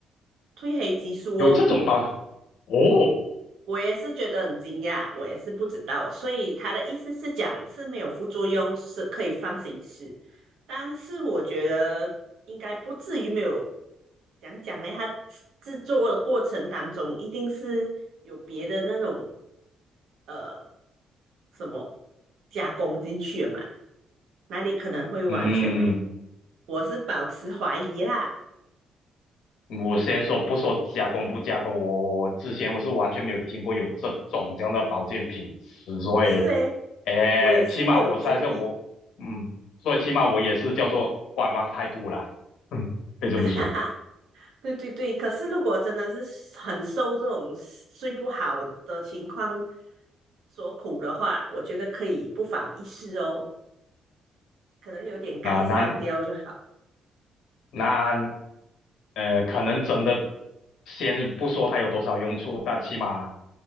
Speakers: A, on the right (about 80°); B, on the left (about 80°).
A: 褪黑激素哦，
B: 有这种保哦，
A: 我也是觉得很惊讶，我也是不知道，所以他的意思是讲是没有副作用，是可以放心吃。但是我觉得应该不至于没有，讲讲呢，它制作的过程当中一定是有别的那种呃什么加工进去了嘛，哪里可能会完全没有？
B: 嗯。
A: 我是保持怀疑啦，
B: 我先说不说加工不加工，
A: 嗯，
B: 我我之前我是完全没有听过有这种这样的保健品所以，
A: 是诶，
B: 哎，
A: 我也是没有注意，
B: 起码我算是我，嗯，所以起码我也是叫做观望态度啦，嗯，可以这么说。
A: <laughs> 对对对，可是如果真的是很受这种睡不好的情况所苦的话，我觉得可以不妨一试哦，可能有点改善掉就好。
B: 那那那，呃，可能真的先不说它有多少用处，但起码